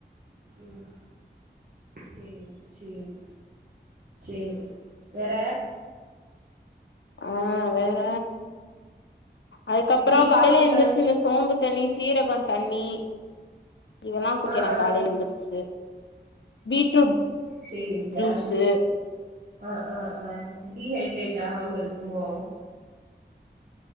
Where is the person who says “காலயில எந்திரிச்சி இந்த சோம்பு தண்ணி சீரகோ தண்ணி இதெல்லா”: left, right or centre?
Left